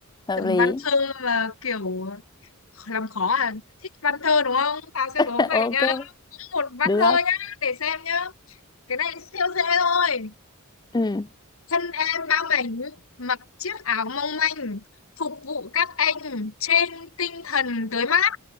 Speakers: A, on the left; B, on the left.
A: Hợp
B: tưởng
A: lý.
B: văn thơ mà kiểu làm khó à thích văn thơ đúng không tao sẽ
A: <laughs>
B: đố mày
A: Ok,
B: nhá cũng một văn
A: được.
B: thơ nhá để xem nhá cái này siêu dễ thôi
A: Ừ. <laughs>
B: thân em bao mảnh mặc chiếc áo mong manh phục vụ các anh trên tinh thần tới mát